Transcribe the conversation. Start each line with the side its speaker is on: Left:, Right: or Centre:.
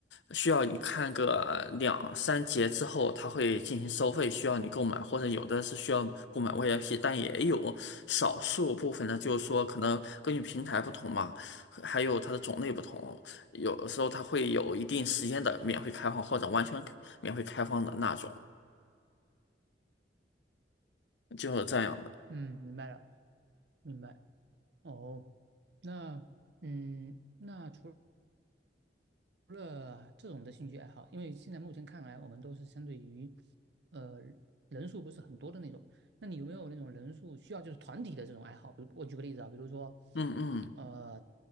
Left: 需要你看个两三节之后，它会进行收费，需要你购买，或者有的是需要购买 VIP，但也有少数部分呢，就是说可能根据平台不同嘛，还有它的种类不同，有的时候它会有一定时间的免费开放或者完全免费开放的那种，就是这样的。
Right: 嗯，明白了，明白。哦，那嗯，那除除了这种的兴趣爱好，因为现在目前看来，我们都是相对于，呃，人数不是很多的那种。那你有没有那种人数需要就是团体的这种爱好？比如我举个例子啊，比如说，
Left: 嗯嗯，
Right: 呃，